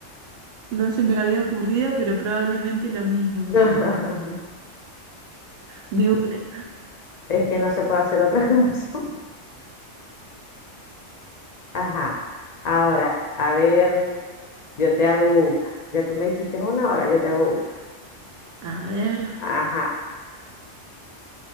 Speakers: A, on the right (about 85°); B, on the left (about 40°).
A: No se me había ocurrido, pero probablemente lo mismo,
B: <laughs>
A: sí. De una.
B: Es que no se puede hacer otra cosa. <laughs> Ajá. Ahora, a ver, yo te hago una. Ya tú me hiciste una, ahora yo te hago una.
A: A ver,
B: Ajá.